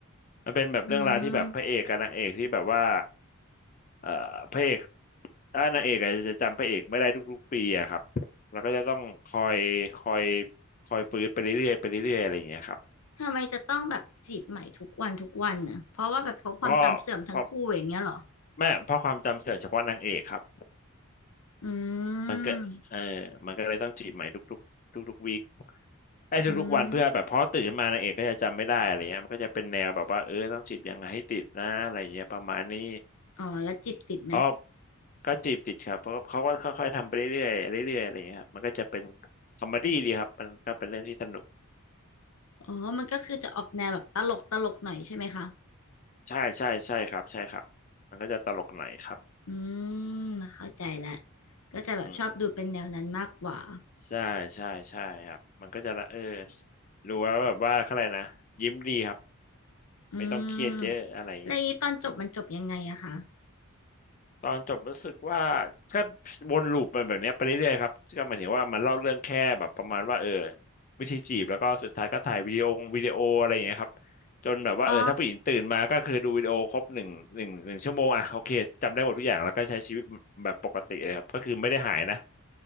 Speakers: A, on the left; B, on the left.
A: มันเป็นแบบเรื่องราวที่แบบพระเอกกับนางเอกที่แบบว่า
B: อืม
A: เอ่อพระเอกถ้านางเอกอาจจะจำพระเอกไม่ได้ทุกๆปีอะครับแล้วก็จะต้องคอยคอยคอยฟื้นไปเรื่อยๆไปเรื่อยๆอะไรอย่างเงี้ยครับ
B: ทำไมจะต้องแบบจีบใหม่ทุกวันทุกวันน่ะเพราะว่าแบบเขาความจำเสื่อมทั้งคู่อย่างเงี้ยเหรอ
A: เพราะเพราะแม่เพราะความจำเสื่อมเฉพาะนางเอกครับ
B: อื
A: มันก็เออ
B: ม
A: มันก็เลยต้องจีบใหม่ทุกๆทุกๆวีคไอ้ทุกๆวันเพื่อแบบเพราะตื่นขึ้นมานางเอกก็จะจำไม่ได้อะไรเงี้ยมันก็จะเป็นแนวแบบว่าเออต้องจีบยังไงให้ติดนะอะไรเงี้ยประมาณนี้
B: อืม อ๋อ แล้วจีบติดไหม
A: เพราะก็จีบติดครับเพราะเขาก็ค่อยๆทำไปเรื่อยๆเรื่อยๆอะไรเงี้ยครับมันก็จะเป็นคอมเมดี้ดีครับมันก็เป็นเรื่องที่สนุก
B: อ๋อมันก็คือจะออกแนวแบบตลกตลกหน่อยใช่ไหมคะ
A: ใช่ใช่ใช่ครับใช่ครับมันก็จะตลกหน่อยครับ
B: อืมมาเข้าใจแล้วก็จะแบบชอบดูเป็นแนวนั้นมากกว่า
A: อืมใช่ใช่ใช่ครับมันก็จะละเออรู้ว่าแบบว่าเขาอะไรนะยิ้มดีครับ
B: อืม
A: ไม่ต้องเครียดเยอะอะไร
B: แล้วอย่างนี้ตอนจบมันจบยังไงอะคะ
A: ตอนจบรู้สึกว่าก็วนลูปไปแบบเนี้ยไปเรื่อยๆครับก็หมายถึงว่ามันเล่าเรื่องแค่แบบประมาณว่าเออวิธีจีบแล้วก็สุดท้ายก็ถ่ายวิดีโอวิดีโออะไรอย่างเงี้ยครับจนแบบว่าเออถ้าผู้หญิงตื่นมาก็คือดูวิดีโอครบหนึ่งหนึ่งหนึ่งชั่วโมงอ่ะโอเคจำได้หมดทุกอย่างแล้วก็ใช้ชีวิตแบบปกติเลยครับก็คือไม่ได้หายนะ
B: อ๋อ